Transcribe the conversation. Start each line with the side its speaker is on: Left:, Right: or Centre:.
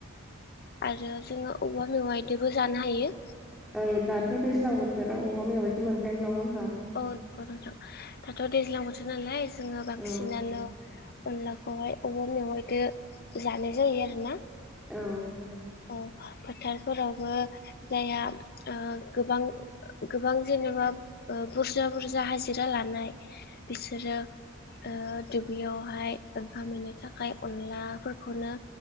Left: आरो जोङो औवा मेवाय बिदिबो जानो हायो
Centre: औ दाथ' दैज्लां बोथोराव औवा मेवाइखौ मोनखायो नङा
Left: औ गौ नोंथां' दाथ' दैज्लां बोथोर नालाय जोङो बांसिनानो
Centre: औ
Left: अनलाखौहाय औवा मेवाइदो जानाय जायो आरो ना
Centre: औ
Left: अ फोथारफोरावबो जाया ओ गोबां गोबां जेन' जेनबा बुरजा बुरजा हाजिरा लानाय बिसोरो ओ दुब्लियावहाय ओंखाम हैनो थाखाय अनलाफोरखौनो